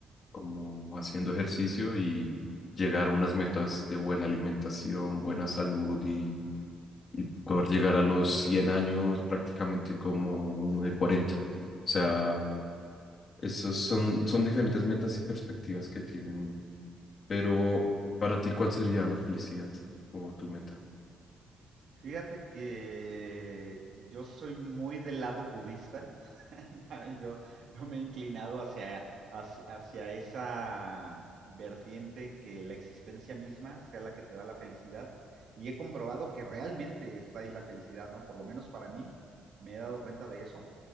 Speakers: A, on the left (about 45°); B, on the right (about 60°).
A: como haciendo ejercicio y llegar a unas metas de buena alimentación, buena salud y, y poder llegar a los 100 años prácticamente como uno de cuarenta, O sea, esos son, son diferentes metas y perspectivas que tiene uno. Pero para ti, ¿cuál sería la felicidad o tu meta?
B: Fíjate que yo soy muy del lado budista. <laughs> ¿sabes? Yo, yo me he inclinado hacia, hacia, hacia esa vertiente que la existencia misma sea la que te da la felicidad. Y he comprobado que realmente está ahí la felicidad, ¿no? Por lo menos para mí, me he dado cuenta de eso.